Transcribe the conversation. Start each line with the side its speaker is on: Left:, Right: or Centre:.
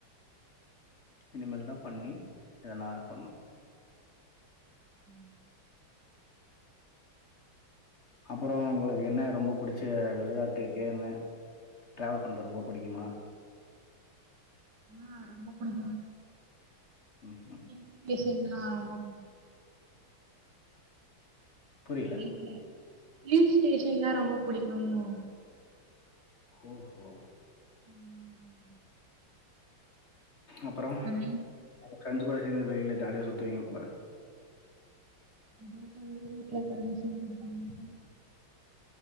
Left: இனிமேல்தா பண்ணி எதனா பண்ணணு
Right: ம்
Left: அப்புறோ உங்களுக்கு என்ன ரொம்ப புடிச்ச விளையாட்டு கேமு டிராவல் பண்றது ரொம்ப புடிக்குமா
Right: ஆ ரொம்ப புடிக்கு
Left: ம்ஹும்.
Right: ஹில் பிளேஸுன்னா ரொம்
Left: புரியல
Right: வீட்ல ஹில் ஸ்டேஷன்லா ரொம்ப புடிக்குங்ளா உங்
Left: ஓஹோ
Right: ம்
Left: அப்பறோ <unintelligible>
Right: ஆனா
Left: வெயிலு ஜாலியா சுத்து வீங்க போல
Right: <inaudible> வீட்ல பர்மிசன் குடுப்பாங்க போல